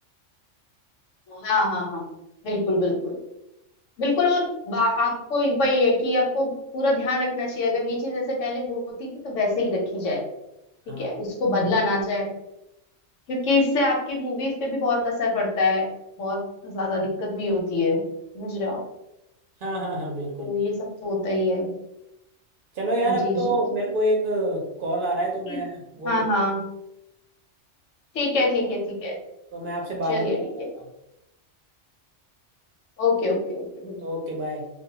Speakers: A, on the left (about 80°); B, on the right (about 55°).
A: हाँ हाँ हाँ बिल्कुल बिल्कुल बिल्कुल और बा- आपको एक वही है कि आपको पूरा ध्यान रखना चाहिए अगर ये चीज ऐसे पहले होती थी तो वैसे ही रखी जाए ठीक
B: हाँ
A: है उसको बदला ना जाए क्योंकि इससे आपकी मूवीज पे भी बहुत असर पड़ता है बहुत ज्यादा दिक्कत भी होती है समझ रहे हो आप
B: हाँ हाँ हाँ बिल्कुल
A: तो ये सब तो होता ही है
B: चलो यार
A: जी
B: अब तो
A: जी जी
B: मेरे को एक कॉल आ रहा है
A: ठीक-
B: तो मैं वो
A: हाँ
B: पिक
A: हाँ ठीक है ठीक है ठीक है
B: तो मैं आपसे बाद
A: चलिए
B: में बात
A: ठीक
B: करता
A: है
B: हूँ
A: ओके ओके ओके बिल्कुल।
B: Okay bye